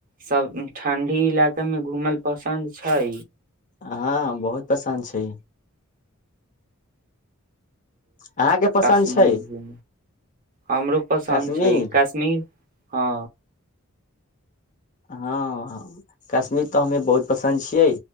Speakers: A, on the right (about 40°); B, on the left (about 35°).
A: सभ ठंढी इलाका मे घूमल पसन्द छै।
B: हँ बहुत पसन्द छै अहाँके पसन्द
A: कश्मीर
B: छै
A: घू हमरो पसन्द
B: कश्मीर
A: छै। कश्मीर हँ
B: हँ कश्मीर तऽ हमे बहुत पसन्द छियै